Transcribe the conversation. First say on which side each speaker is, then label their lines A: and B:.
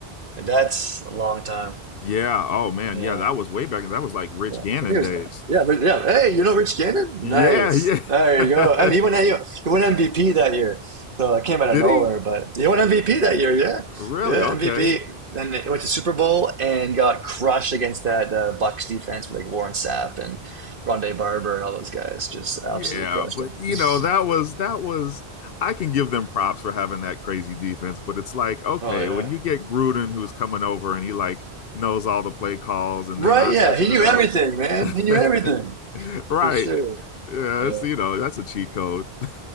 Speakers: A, on the right; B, on the left.
A: And that's a long time.
B: Yeah. Oh man.
A: Yeah.
B: Yeah, that was way back. That was like Rich
A: Yeah, I
B: Gannon
A: think it
B: days.
A: was that. Yeah, but yeah, hey, you know Rich Gannon?
B: Yeah,
A: Nice.
B: yeah.
A: There
B: <laughs>
A: you go. And he won he won MVP that year. So I came out
B: Did
A: of nowhere,
B: he?
A: but he won MVP that year. Yeah,
B: Really?
A: yeah,
B: Okay.
A: MVP. Then he went to Super Bowl and got crushed against that uh, Bucks defense with like Warren Sapp and Rondé Barber and all those guys. Just
B: Yeah,
A: absolutely crushed
B: but
A: him.
B: you
A: <laughs>
B: know, that was that was I can give them props for having that crazy defense, but it's like, okay,
A: Oh yeah.
B: when you get Gruden who's coming over and he like knows all the play calls and
A: Right?
B: they're not
A: Yeah,
B: switching
A: he knew
B: it up.
A: everything, man.
B: <laughs>
A: He knew everything
B: Right.
A: for sure.
B: Yeah,
A: Yeah.
B: it's, you know, that's a cheat code. <laughs>